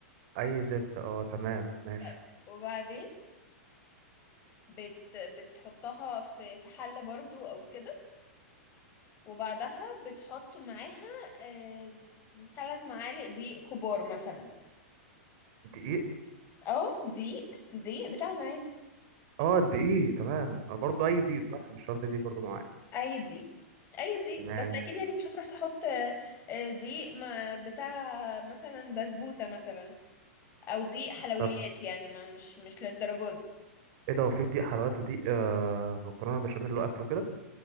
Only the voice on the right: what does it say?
اي زبدة اه تمام ماشي
دقيق
اه دقيق تمام آه، برضو اي دقيق صح مش شرط دقيق برضو معايا
ماشي
طب
ايه ده هو في دقيق حلويات ودقيق آه مكرونه بشاميل واكله كده